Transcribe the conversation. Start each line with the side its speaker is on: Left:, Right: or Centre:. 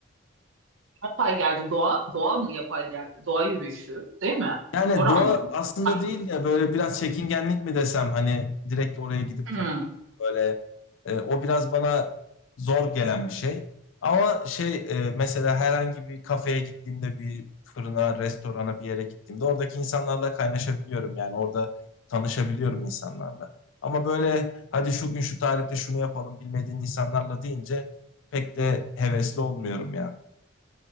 Right: Yapay geldi. Doğa, doğa mı yapay geldi? Doğa yürüyüşü, değil mi?
Left: Yani
Right: Doğru
Left: doğa
Right: anladım.
Left: aslında
Right: Hakim.
Left: değil ya böyle biraz
Right: Hı hı.
Left: çekingenlik mi desem hani direkt oraya gidip
Right: Hmm.
Left: tanımak böyle e, o biraz bana zor gelen bir şey. Ama şey e, mesela herhangi bir kafeye gittiğimde bir fırına, restorana bir yere gittiğimde oradaki insanlarla kaynaşabiliyorum yani orada tanışabiliyorum insanlarla. Ama böyle hadi şu gün şu tarihte şunu yapalım bilmediğin insanlarla deyince pek de hevesli olmuyorum ya.